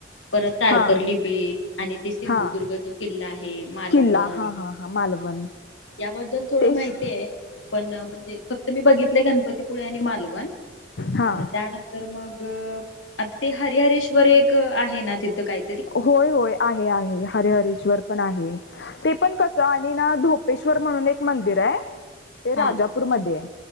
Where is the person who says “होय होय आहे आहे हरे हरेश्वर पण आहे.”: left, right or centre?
Left